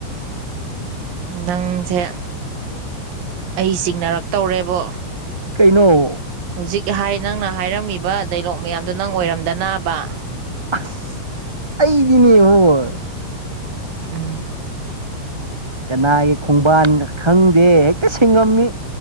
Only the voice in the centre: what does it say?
ꯀꯩꯅꯣ
ꯑꯁ ꯑꯩꯗꯤꯅꯦ ꯍꯣꯏ
ꯀꯅꯥꯒꯤ ꯈꯣꯡꯕꯥꯟ ꯈꯪꯗꯦ ꯍꯦꯛꯇ ꯁꯦꯡꯉꯝꯃꯤ